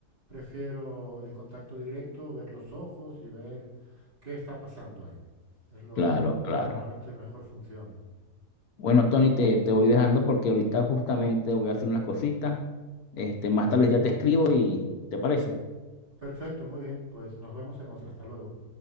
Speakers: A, on the right; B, on the left.
A: prefiero el contacto directo, ver los ojos y ver qué está pasando ahí. Es lo,
B: Claro,
A: lo
B: claro.
A: que normalmente mejor funciona.
B: Bueno, Tony, te, te voy dejando porque ahorita justamente voy a hacer unas cositas. Este, más tarde ya te escribo y ¿te parece?
A: Perfecto, muy bien. Pues nos vemos en otra. Hasta luego.